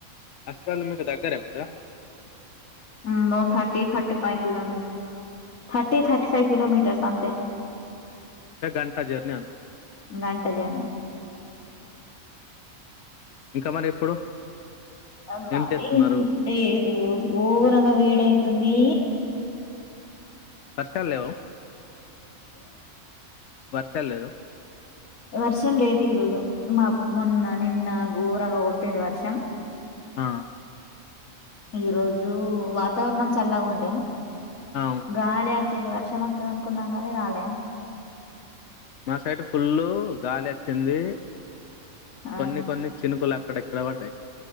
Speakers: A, on the left; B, on the left.
A: హాస్పిటల్ మీకు దగ్గర మళ్ళ
B: ఉమ్ thirty thirty five kilometre thirty thirty five kilometres అంతే
A: అంటే గంట జర్నీ అనుకో
B: గంట జర్నీ
A: అవునా ఇక మరి ఇప్పుడు
B: అమ్మా
A: ఏం చేస్తున్నారు
B: ఏంలేదు ఘోరంగా వేడైతుంది
A: వర్షల్లేవు వర్షాలు లేదు
B: వర్షం లేదు ఈరోజు మమొన్న నిన్న ఘోరంగా కొట్టింది వర్షం
A: ఆ
B: ఈ రోజు వాతావరణం చల్లగా ఉండే
A: అవును.
B: గాలి వచ్చింది వర్షం వస్తుంది అనుకున్నాం గని రాలే
A: మా సైడ్ ఫుల్ గాలి అచ్చింది
B: ఆ
A: కొన్ని కొన్ని చినుకులు అ పడయ్ ఇక్కడ వడ్డయ్